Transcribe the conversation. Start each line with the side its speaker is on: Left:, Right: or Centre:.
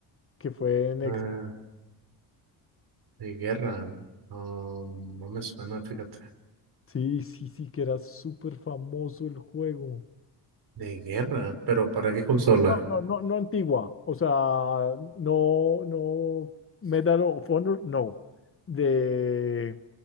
Left: Que fue en Xbox.
Right: Ah, de guerra, um, no me suena, fíjate,
Left: Sí, sí, sí, que era súper famoso el juego.
Right: de guerra, pero ¿para qué consola?
Left: No, no, no, no antigua, o sea, no, no, Medal of Honor, no, de